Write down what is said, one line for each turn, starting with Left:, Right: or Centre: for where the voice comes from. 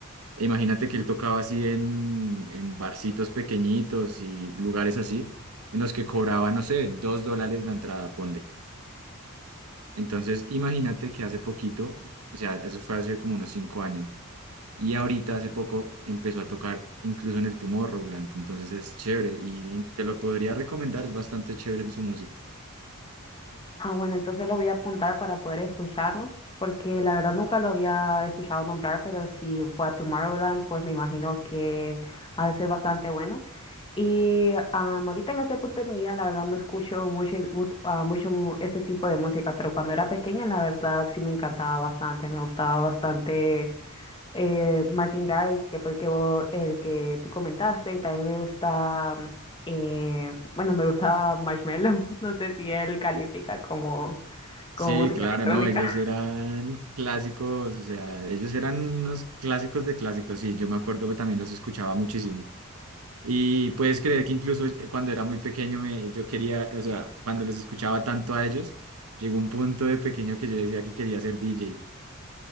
Right: E Imagínate que él tocaba así en, en barcitos pequeñitos y lugares así, en los que cobraba, no sé, dos dólares la entrada, ponle. Entonces, imagínate que hace poquito, o sea, eso fue hace como unos cinco años, y ahorita hace poco empezó a tocar incluso en el Tomorrowland, entonces es chévere y te lo podría recomendar, es bastante chévere su música.
Left: Ah, bueno, entonces lo voy a apuntar para poder escucharlo, porque la verdad nunca lo había escuchado nombrar, pero si fue a Tomorrowland, pues me imagino que ha de ser bastante bueno. Y am, ahorita en este punto de mi vida, la verdad no escucho mucho, mus- ah, mucho mu- ese tipo de música, pero cuando era pequeña, la verdad sí me encantaba bastante, me gustaba bastante eh, Martin Garrix, que fue el que, vo- el que tú comentaste, y también me gusta... Eh, bueno, me gustaba Marshmello, <laughs> no sé si él califica como con
Right: Sí,
Left: música
Right: claro,
Left: electrónica.
Right: no, ellos
Left: <laughs>
Right: eran clásicos, o sea, ellos eran unos clásicos de clásicos, sí, yo me acuerdo que también los escuchaba muchísimo. Y puedes creer que incluso eh, cuando era muy pequeño, me, yo quería, o sea, cuando los escuchaba tanto a ellos, llegó un punto de pequeño que yo decía que quería ser DJ.